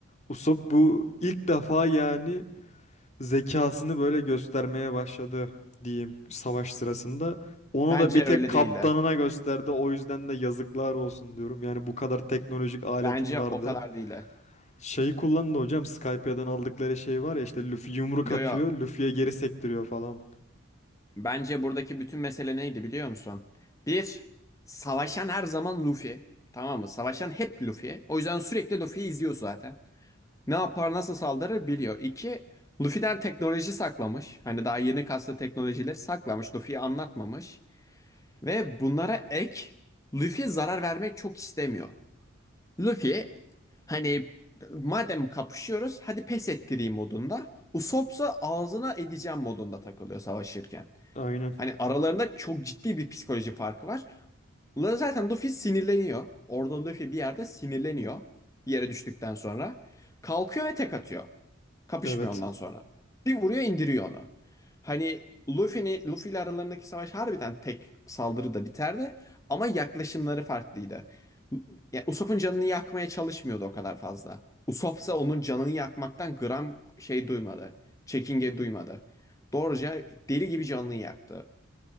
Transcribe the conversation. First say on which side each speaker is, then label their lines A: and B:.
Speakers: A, on the left; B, on the left.
A: Usopp bu ilk defa yani zekasını böyle göstermeye başladı diyeyim savaş sırasında. Onu
B: Bence
A: da bir tek
B: öyle
A: kaptanına
B: değil de.
A: gösterdi. O yüzden de yazıklar olsun diyorum. Yani bu kadar teknolojik aletin
B: Bence
A: vardı.
B: o kadar değil de.
A: Şeyi kullandı hocam Skype'den aldıkları şey var ya işte Luffy yumruk
B: Yo
A: atıyor.
B: yo
A: Luffy'ye geri sektiriyor falan.
B: Bence buradaki bütün mesele neydi biliyor musun? Bir, savaşan her zaman Luffy. Tamam mı? Savaşan hep Luffy. O yüzden sürekli Luffy'yi izliyor zaten. Ne yapar, nasıl saldırır biliyor. İki, Luffy'den teknoloji saklamış. Hani daha yeni kaslı teknolojileri saklamış. Luffy'yi anlatmamış. Ve bunlara ek, Luffy zarar vermek çok istemiyor. Luffy hani madem kapışıyoruz hadi pes ettireyim modunda. Usopp'sa ağzına edeceğim modunda takılıyor savaşırken.
A: Aynen.
B: Hani aralarında çok ciddi bir psikoloji farkı var. Ulan zaten Luffy sinirleniyor. Orada Luffy bir yerde sinirleniyor. Yere düştükten sonra. Kalkıyor ve tek atıyor. Kapışmıyor
A: Evet.
B: ondan sonra. Bir vuruyor indiriyor onu. Hani Luffy'ni, Luffy ile aralarındaki savaş harbiden tek saldırıda biterdi. Ama yaklaşımları farklıydı. Ya Usopp'un canını yakmaya çalışmıyordu o kadar fazla. Usopp ise onun canını yakmaktan gram şey duymadı. Çekinge duymadı. Doğruca deli gibi canını yaktı.